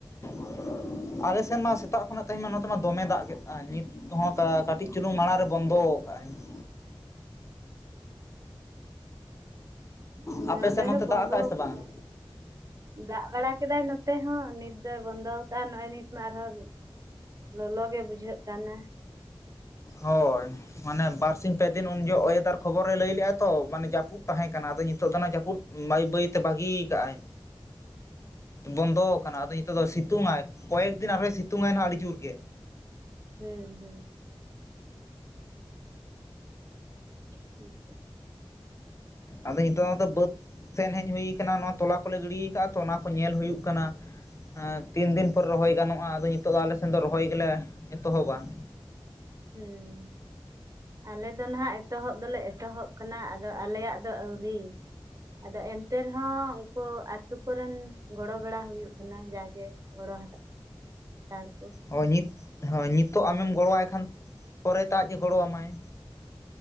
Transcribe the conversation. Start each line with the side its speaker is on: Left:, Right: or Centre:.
Left: ᱾ ᱟᱞᱮ ᱥᱮᱱ ᱢᱟ ᱥᱮᱛᱟᱜ ᱠᱷᱚᱱᱟᱜ ᱛᱮᱦᱮᱧ ᱢᱟ ᱱᱚᱛᱮ ᱢᱟ ᱫᱚᱢᱮ ᱫᱟᱜ ᱠᱮᱫ ᱟᱭ ᱱᱤᱛ ᱾ ᱦᱚᱸ ᱠᱟᱹᱴᱤᱡ ᱪᱩᱞᱩᱝ ᱢᱟᱲᱟᱝ ᱨᱮ ᱵᱚᱱᱫᱚ ᱠᱟᱜᱼ ᱟᱭ ᱾
Right: ᱦᱩᱸ
Left: ᱟᱯᱮ
Right: ᱱᱚᱸᱰᱮ
Left: ᱥᱮᱫ ᱚᱱᱛᱮ
Right: ᱦᱚᱸ
Left: ᱫᱟᱜ
Right: ᱵᱚᱱᱫᱚ
Left: ᱟᱠᱟᱜᱼᱟᱭ ᱥᱮ
Right: ᱟᱠᱟᱫᱟᱭ
Left: ᱵᱟᱝ
Right: ᱾ ᱫᱟᱜ ᱵᱟᱲᱟ ᱠᱮᱫᱟᱭ ᱱᱚᱛᱮ ᱦᱚᱸ ᱱᱤᱛ ᱫᱚᱭ ᱵᱚᱱᱫᱚ ᱾ ᱱᱚᱜ ᱼᱚᱭ ᱱᱤᱛ ᱢᱟ ᱟᱨᱦᱚᱸ ᱞᱚᱞᱚ ᱜᱮ ᱵᱩᱡᱷᱟᱹᱜ ᱠᱟᱱᱟ ᱾
Left: ᱦᱳᱭ᱾ ᱢᱟᱱᱮ ᱵᱟᱨᱥᱤᱧ ᱯᱮ ᱫᱤᱱ ᱩᱱ ᱡᱚ ᱚᱭᱮᱫᱟᱨ ᱠᱷᱚᱵᱚᱨᱮᱭ ᱞᱟᱹᱭ ᱞᱮᱜᱼᱟ ᱛᱚ ᱢᱟᱱᱮ ᱡᱟᱹᱯᱩᱫ ᱛᱟᱦᱮᱸ ᱠᱟᱱᱟ ᱟᱫᱚ ᱱᱤᱛᱚᱜ ᱫᱚ ᱡᱟᱹᱯᱩᱫ ᱾ ᱯᱩᱫ ᱵᱟᱹᱭ ᱵᱟᱹᱭ ᱛᱮ ᱵᱟᱹᱜᱤ ᱠᱟᱫᱟᱭ ᱾
Right: <inaudible>
Left: ᱵᱚᱱᱫᱚ ᱟᱠᱟᱱᱟ ᱟᱫᱚ ᱱᱤᱛᱚᱜ ᱫᱚ ᱥᱤᱛᱩᱝ ᱟᱭ ᱠᱚᱭᱮᱠ ᱫᱤᱱ ᱟᱨᱦᱚᱸ ᱥᱤᱛᱩᱝ ᱟᱭ ᱱᱟᱦᱟᱜ ᱟᱹᱰᱤ ᱡᱳᱨ ᱜᱮ ᱾
Right: ᱦᱩᱸ ᱦᱩᱸ ᱾᱾ <unintelligible>
Left: ᱟᱫᱚ ᱱᱤᱛᱚᱜ ᱢᱟᱛᱚ ᱵᱟᱹᱫᱽ᱾ ᱥᱮᱱ ᱦᱮᱡ ᱦᱩᱭ ᱟᱠᱟᱱᱟ ᱱᱚᱣᱟ ᱛᱚᱞᱟ ᱠᱚᱞᱮ ᱜᱤᱲᱤ ᱠᱟᱜᱼᱟ ᱛᱚ ᱚᱱᱟ ᱠᱚ ᱧᱮᱞ ᱦᱩᱭᱩᱜ ᱠᱟᱱᱟ ᱾ ᱛᱤᱱ ᱫᱤᱱ ᱯᱚᱨ ᱨᱚᱦᱚᱭ ᱜᱟᱱᱚᱜᱼᱟ ᱟᱫᱚ ᱱᱤᱛᱚᱜ ᱫᱚ ᱟᱞᱮᱥᱮᱱ ᱫᱚ ᱨᱚᱦᱚᱭ ᱜᱮᱞᱮ ᱮᱛᱚᱦᱚᱵᱟ ᱾
Right: ᱦᱩᱸ ᱾ ᱟᱞᱮ ᱫᱚ ᱱᱟᱦᱟᱜ ᱮᱛᱚᱦᱚᱵ ᱫᱚᱞᱮ ᱮᱛᱚᱦᱚᱵ ᱠᱟᱱᱟ ᱟᱫᱚ ᱟᱞᱮᱭᱟᱜ ᱫᱚ ᱟᱹᱣᱨᱤ ᱾ ᱟᱫᱚ ᱮᱱᱛᱮ ᱨᱮᱦᱚᱸ ᱩᱱᱠᱩ ᱟᱛᱳ ᱠᱚᱨᱮᱱ ᱜᱚᱲᱚ ᱵᱟᱲᱟ ᱦᱩᱭᱩᱜ ᱠᱟᱱᱟ ᱡᱟᱜᱮ ᱾ ᱜᱚᱲᱚ ᱦᱟᱛᱟᱲ ᱟᱨ ᱠᱚ ᱾
Left: ᱦᱳᱭ ᱱᱤᱛ ᱦᱳᱭ ᱱᱤᱛᱚᱜ ᱟᱢᱮᱢ ᱜᱚᱲᱚᱣᱟᱭ ᱠᱷᱟᱱ ᱯᱚᱨᱮᱛᱮ ᱟᱡ ᱮ ᱜᱚᱲᱚᱣᱟᱢᱟᱭ ᱾